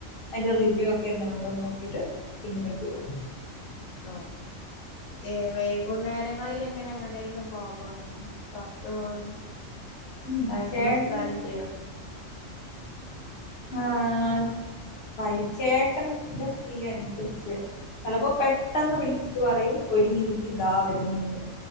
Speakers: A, on the left; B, on the left.
A: അയ്ന്റെ റിവ്യൂ ഒക്കെ എങ്ങനെ ഉണ്ടെന്ന് ന്നോക്കിട്ട് സിനിമക്ക് പോവും.
B: ഹലോ ഏഹ് വൈകുന്നേരങ്ങളില്ങ്ങനെ എങ്ങണ്ടേങ്കിലും പോകാന് പൊർത്ത് പോവാന്.
A: ഉം
B: ടൈമ്
A: ചേട്ടൻ
B: സ്പെൻന്റെയ്യ.
A: ആഹ് വൈ ചേട്ടന്റെ ഫ്രീ അൻസര്ച്ച്. ചെലപ്പോ പെട്ടെന്ന് വിളിച്ച്ട്ട് പറയും ഒര്ങ്ങി നിക്കിതാ വെരുന്നൂന്ന്.